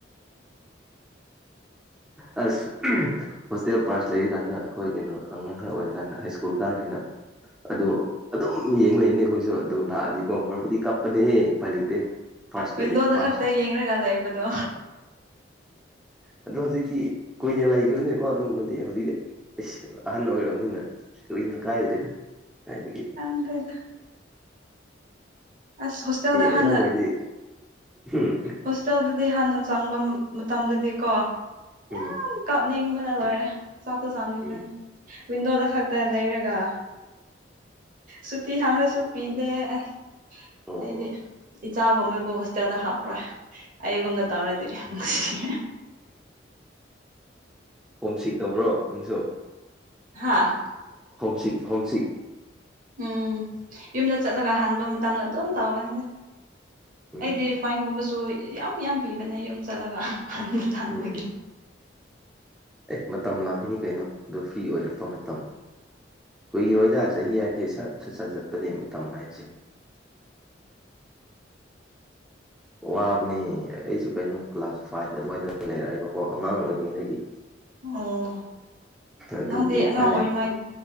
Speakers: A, in the centre; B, on the right.
A: ꯑꯁ ꯍꯣꯁꯇꯦꯜ ꯐꯥꯔꯁ ꯂꯩꯔꯤ ꯀꯥꯟꯗ ꯑꯩꯈꯣꯏ ꯀꯩꯅꯣ ꯑꯉꯥꯡ ꯈꯔ ꯑꯣꯏꯔꯤ ꯀꯥꯟꯗ ꯍꯥꯏ ꯁ꯭ꯀꯨꯜ ꯇꯥꯔ ꯀꯩꯅꯣ ꯑꯗꯣ ꯑꯗꯨꯝ ꯌꯦꯠꯌꯦꯡ ꯂꯩꯅꯦ ꯑꯩꯈꯣꯏꯁꯨ ꯑꯗꯨ ꯂꯥꯛꯑꯗꯤꯀꯣ ꯃꯔꯨꯕꯨꯗꯤ ꯀꯞꯄꯅꯦꯍꯦ ꯄꯂꯤꯇ ꯐꯁ
B: ꯋꯤꯟꯗꯣꯗ
A: ꯂꯩ ꯐꯁ
B: ꯈꯛꯇ ꯌꯦꯡꯔꯒ ꯂꯩꯕꯗꯣ
A: ꯑꯣ ꯤ ꯀꯨꯏꯅ ꯂꯩꯈ꯭ꯔꯕꯅꯤꯅꯀꯣ ꯑꯗꯨꯒꯨꯝꯕꯗꯤ ꯍꯧꯖꯤꯛꯇꯤ ꯁ ꯑꯍꯟ ꯑꯣꯏꯔꯛꯑꯕꯅꯤꯅ ꯀꯔꯤ ꯀꯥꯏꯗꯨꯗꯗ ꯀꯦ
B: ꯈꯪꯗ꯭ꯔꯦꯗ ꯑꯁ ꯍꯣꯁꯇꯦꯜꯗ
A: ꯑꯉꯥꯡꯈꯩꯗꯤ
B: ꯍꯥꯟꯅ
A: ꯎꯝ
B: ꯍꯣꯁꯇꯦꯜꯗꯗꯤ ꯍꯥꯟꯅ ꯆꯪꯕ ꯃꯇꯝꯗꯗꯤꯀꯣ ꯌꯥꯝ
A: ꯎꯝ
B: ꯀꯥꯞꯅꯤꯡꯕꯅ ꯂꯣꯏꯔꯦ ꯆꯥꯛꯇꯨ ꯆꯥꯅꯤꯡꯗꯅꯤ
A: ꯎꯝ
B: ꯋꯟꯗꯣꯗ ꯈꯛꯇ ꯂꯩꯔꯒ ꯁꯨꯇꯤ ꯍꯥꯡꯅꯁꯨ ꯄꯤꯗꯦ ꯑꯩ
A: ꯑꯣ
B: ꯍꯥꯏꯗꯤ
A: ꯎꯝ
B: ꯏꯆꯥꯒꯨꯝꯕꯕꯨ ꯍꯣꯁꯇꯦꯜꯗ ꯍꯥꯞꯄ꯭ꯔꯥ ꯑꯩꯒꯨꯝꯅ ꯇꯧꯔꯗꯤ ꯅꯨꯡꯁꯤꯦ
A: ꯍꯣꯝꯁꯤꯛ ꯇꯧꯕ꯭ꯔꯣ ꯅꯪꯁꯨ
B: ꯍꯥꯥ
A: ꯍꯣꯝꯁꯤꯛ ꯍꯣꯝꯁꯤꯛ
B: ꯎꯝ ꯌꯨꯝꯗ ꯆꯠꯂꯒ ꯍꯟꯥꯟꯕ ꯃꯇꯝꯗ ꯑꯗꯨꯝ ꯇꯧꯕꯅꯤꯅ
A: ꯎꯝ
B: ꯑꯩꯗꯤ ꯐꯥꯏꯟꯒꯨꯝꯕꯁꯨ ꯌꯥꯝ ꯌꯥꯝ ꯄꯤꯕꯅꯦ ꯌꯨꯝ ꯆꯠꯂꯒ ꯍꯟꯥꯟꯕ ꯇꯟꯥꯟꯕꯒꯤ
A: ꯎꯝ ꯑꯦ ꯃꯇꯝ ꯂꯥꯛꯈꯤꯅꯤ ꯀꯩꯅꯣ ꯑꯗꯨ ꯐ꯭ꯔꯤ ꯑꯣꯏꯔꯛꯄ ꯃꯇꯝ ꯀꯨꯏꯔꯣꯏꯗ ꯆꯍꯤ ꯍꯥꯏꯁꯦ ꯁꯠ ꯁꯠꯆꯠ ꯆꯠꯄꯅꯦ ꯃꯇꯝ ꯃꯥꯏꯖꯦ <unintelligible> ꯋꯥꯕꯅꯤ ꯑꯩꯁꯨ ꯀꯩꯅꯣ ꯀ꯭ꯂꯥꯁ ꯐꯥꯏꯚ ꯑꯗꯨꯋꯥꯏꯗ ꯂꯩꯔꯛꯑꯦꯕꯀꯣ ꯑꯉꯥꯡ ꯑꯣꯏꯔꯤꯉꯩꯗꯒꯤ
B: ꯑꯣ
A: ꯑꯗꯨꯒꯤ
B: ꯅꯪꯗꯤ
A: ꯎꯄꯥꯏ
B: ꯑꯉꯥꯡ ꯑꯣꯏꯔꯤꯉꯥꯏ
A: ꯂꯩ